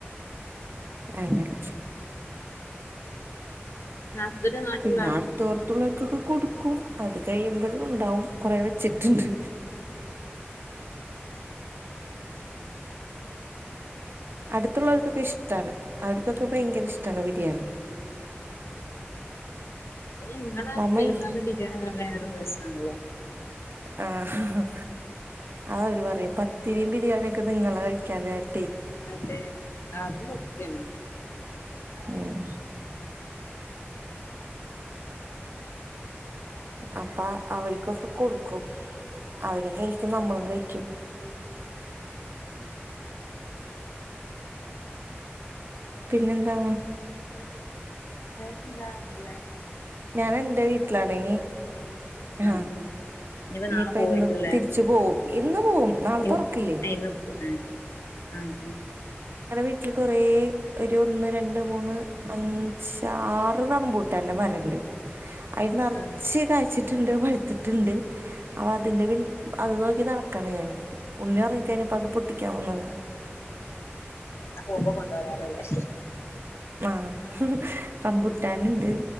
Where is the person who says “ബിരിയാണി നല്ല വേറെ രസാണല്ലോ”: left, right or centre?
Left